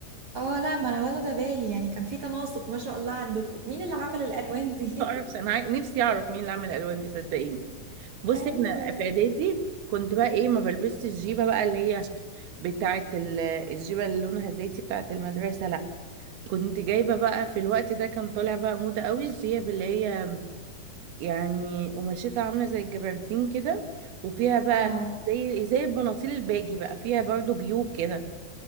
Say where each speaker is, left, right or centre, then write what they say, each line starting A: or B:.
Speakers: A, on the right; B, on the right.
A: اه لا ما انا واخده بالي يعني كان في تناسق ما شاء الله عندكم مين اللي عمل الالوان دي
B: ما اعرفش انا عاي- نفسي اعرف مين اللي عمل الالوان دي صدقيني
A: <laughs>
B: بصي
A: ايوه
B: احنا في اعدادي كنت بقى ايه ما بلبسش الجيبه بقى اللي هي بتاعه ال- الجيبه اللي لونها زيتي بتاعه المدرسه لا كنت جايبه بقى في الوقت ده كان طالع بقى موضه قوي الجيب اللي هي يعني قماشتها عاملة زي الجبردين كده وفيها بقى
A: اه
B: زي زي البناطيل الباجي بقى فيها برضو جيوب كده